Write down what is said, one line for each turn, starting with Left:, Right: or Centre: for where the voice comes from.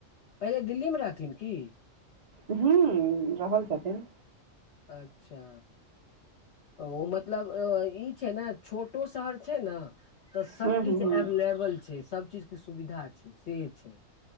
Left: पहिले दिल्लीमे रहथिन कि
Right: हूँ रहल छथिन
Left: अच्छा ओ मतलब ई छै ने छोटो शहर छै ना तऽ सभकिछ
Right: हूँ हूँ हूँ
Left: एवलेबल छै सभ चीजके सुविधा छै से छै